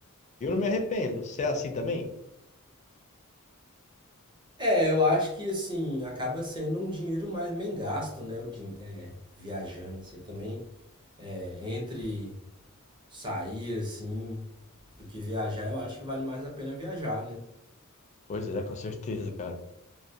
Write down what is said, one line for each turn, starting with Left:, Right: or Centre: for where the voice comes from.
Left: eu não me arrependo. Você é assim também?
Right: É, eu acho que, assim, acaba sendo um dinheiro mais bem gasto, né, o din é, viajando, assim, eu também, é, entre sair, assim, do que viajar, eu acho que vale mais a pena viajar, né?
Left: Pois é, com certeza, cara.